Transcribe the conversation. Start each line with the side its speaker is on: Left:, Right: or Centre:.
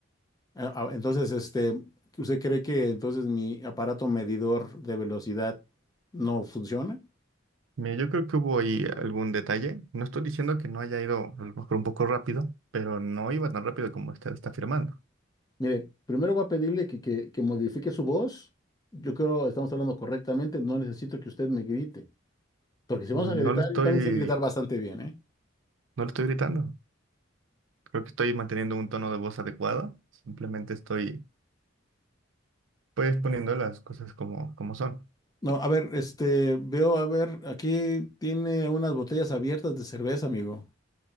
Left: a- a- entonces, este, ¿usted cree que entonces mi aparato medidor de velocidad no funciona?
Right: Mire, yo creo que hubo ahí algún detalle. No estoy diciendo que no haya ido a lo mejor un poco rápido, pero no iba tan rápido como usted está afirmando.
Left: Mire, primero va a pedirle que, que que modifique su voz. Yo creo que estamos hablando correctamente. No necesito que usted me grite. Porque si
Right: No
Left: vamos a gritar,
Right: le estoy,
Left: yo también sé gritar bastante bien, ¿eh?
Right: no le estoy gritando. Creo que estoy manteniendo un tono de voz adecuado. Simplemente estoy, pues, poniendo las cosas como, como son.
Left: No, a ver, este, veo, a ver, aquí tiene unas botellas abiertas de cerveza, amigo.